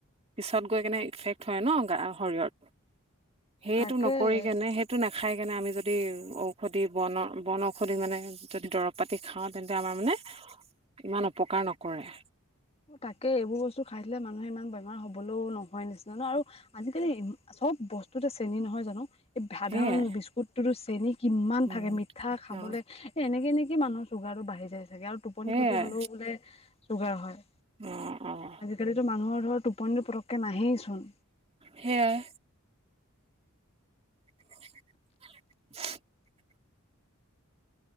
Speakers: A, on the right (about 30°); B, on the left (about 30°).
A: পিছত গৈ কেনে ইফেক্ট হয় ন গা শৰীৰত। সেইটো
B: তাকে
A: নকৰি কেনে সে টো নাখাই কেনে আমি যদি ঔষধি বনৰ বন ঔষধি মানে যদি দৰপটোত পাতি খাও তেন্তে আমাৰ মানে ইমান অপকাৰ নকৰে।
B: অ তাকে এইবোৰ বস্তু খাইছিলে মানুহে ইমান বেমাৰ হবলৈও নহয় নিচিনা ন আৰু আজিকালি চব বস্তুতে চেনী নহয় জানো? সাধাৰণ
A: সেয়াই
B: বিস্কুটটো চেনি কিমান
A: উম
B: থাকে মিঠা খাবলে।
A: অ
B: এনেকে এনেকৈ মানুহৰ চুগাৰটো বাঢ়ি যায় চাগে আৰু টোপনি
A: সেয়াই
B: ক্ষতি হলেও বোলে চুগাৰ হয়।
A: অ, অ।
B: আজিকালিতো মানুহৰ ধৰ টোপনি পতকে নাহেই চোন।
A: সেয়াই। <inaudible>